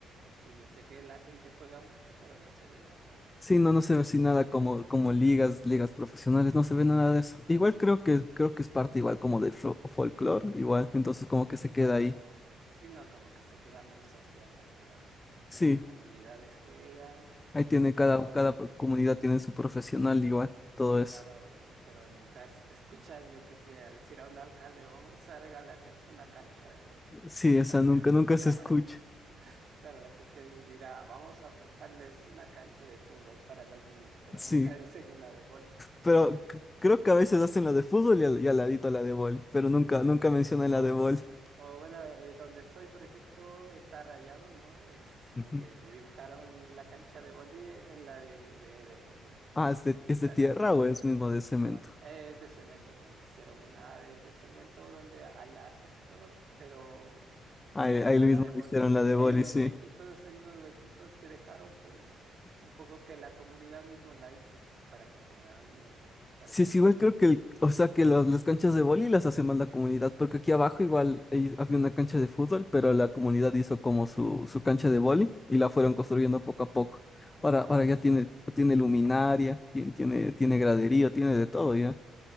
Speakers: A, on the right; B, on the left.
A: eh, yo sé que la gente juega mucho, pero no se ve nada, ¿no?
B: Sí, no, no se ve así nada como, como ligas, ligas profesionales, no se ve nada de eso. Igual creo que, creo que es parte igual como del folklore igual, entonces como que se queda
A: Claro,
B: ahí.
A: no. Sino como que se queda muy social, la verdad, ¿no? O
B: Sí,
A: sea, las comunidades juegan,
B: Ahí tiene
A: pero
B: cada, cada comunidad tiene su profesional igual, todo
A: claro,
B: eso.
A: y- pero nunca es- escuchas, yo que sé, a decir a un alcalde, vamos a regalarles una cancha de vóley. <laughs>
B: Sí, esa nunca, nunca
A: O
B: se
A: sea, Cla-
B: escucha.
A: <laughs> Claro, la gente di- dirá, vamos a forjarles una cancha de fútbol para los niños, pero
B: Sí,
A: nunca <laughs> dicen una de boli.
B: pero c- creo que a veces hacen la de fútbol y al, y al ladito la de vóley, pero nunca, nunca mencionan
A: O,
B: la de vóley.
A: o, o bueno, eh, donde estoy, por ejemplo, está rayado, ¿no? Es como
B: Ujú.
A: que le dibujaron la cancha de boli en la de, de, de fútbol y
B: Ah, ¿es de,
A: ahí
B: es
A: está
B: de tierra
A: la gente.
B: o es mismo de cemento?
A: No, es de cemento, como que hicieron una de, de cemento donde hay arcos y todo, pero
B: Ahí,
A: ahí
B: ahí
A: está
B: mismo
A: la de boli.
B: le hicieron la de
A: Y
B: vóley,
A: hay unos
B: sí.
A: huequitos, hay unos huequitos que dejaron, pues supongo que la comunidad mismo la hizo, pues para que pongan los postes para
B: Sí,
A: el
B: es
A: boli,
B: igual
A: ¿no?
B: creo que el, o sea que las las canchas de vóley las hace más la comunidad, porque aquí abajo igual hay- había una cancha de fútbol, pero la comunidad hizo como su, su cancha de vóley y la fueron construyendo poco a poco. Ahora,
A: Ah,
B: ahora
A: exacto,
B: ya tiene, tiene luminaria, tiene, tiene, tiene graderío, tiene de todo ya.